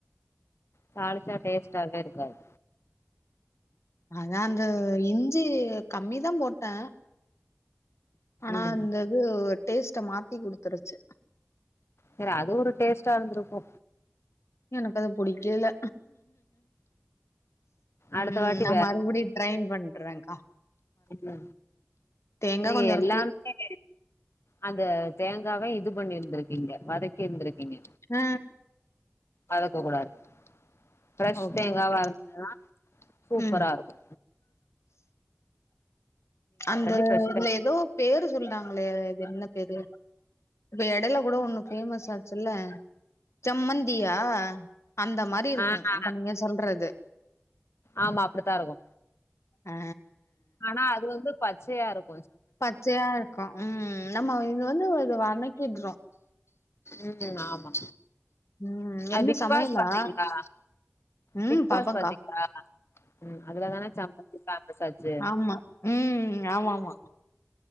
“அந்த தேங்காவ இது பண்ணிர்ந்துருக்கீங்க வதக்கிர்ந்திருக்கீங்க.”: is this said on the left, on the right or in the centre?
Left